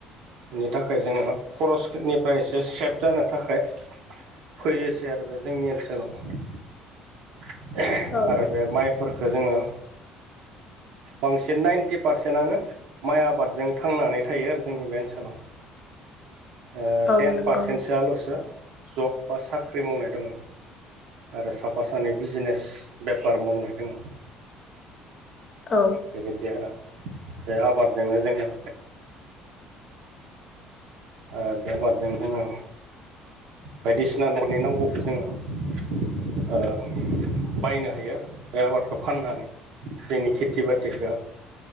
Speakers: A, on the right; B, on the left.
A: इनि थाखाय जोङो खरसनि फाय एसे सेभ जानो थाखाय फैयोसै आरो बे जोंनि ओनसोलाव। <unintelligible>
B: औ
A: आरो बे माइफोरखो जोङो बांसिन नाइन्टि पारसेनआनो माइ आबादजों थांनानै थायो आरो जोंनि बे ओनसोलाव। ओ
B: औ
A: टेन
B: नंगौ
A: पारसेन्टसोआल'सो जब बा साख्रि मावनाय दङ। आरो साफा सानै बिजिनेस बेपार मावनाय दोङो।
B: औ
A: बेबायदि आर' बे आबादजोंनो जोङो ओ बे आबादजों जोङो बायदिसिना न'नि नांगौखौ जोङो ओ बायनो हायो आरो बे आबादखो फाननानै जोंनि खेति बातिखो